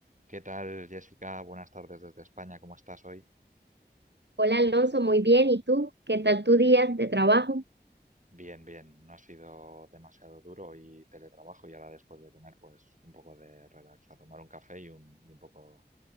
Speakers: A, on the right; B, on the right.
A: ¿Qué tal, Jessica? Buenas tardes desde España. ¿Cómo estás hoy?
B: Hola Alonso, muy bien. ¿Y tú? ¿Qué tal tu día de trabajo?
A: Bien, bien. No ha sido demasiado duro y teletrabajo y ahora después de comer, pues un poco de relax, a tomar un café y un, y un poco